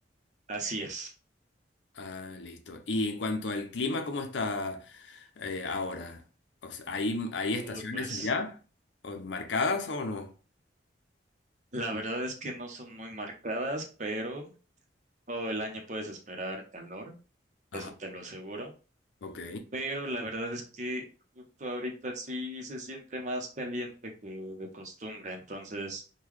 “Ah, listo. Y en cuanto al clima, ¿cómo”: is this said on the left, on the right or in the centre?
Left